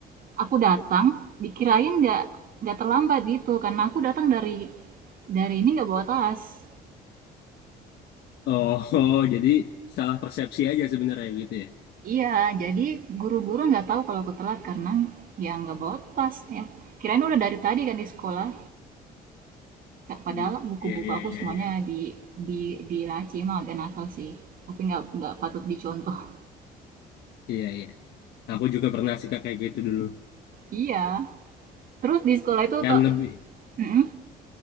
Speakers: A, on the right; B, on the left.
A: aku datang dikirain nggak nggak terlambat gitu karena aku datang dari dari ini nggak bawa tas
B: oh, <laughs> oh, jadi salah persepsi aja sebenarnya gitu ya.
A: Iya, jadi guru-guru nggak tahu kalau aku telat karena ya nggak bawa tas. Ya, kirain udah dari tadi kan di sekolah. Padahal
B: Hmm.
A: buku-buku
B: Iya, iya,
A: aku
B: iya,
A: semuanya
B: iya,
A: di di di laci emang agak nakal sih. Tapi nggak nggak patut dicontoh. <laughs>
B: iya, iya. Aku juga pernah sih Kak, kayak gitu dulu.
A: Iya. Terus di sekolah itu
B: Kan
A: to,
B: lebih
A: Mm-mm.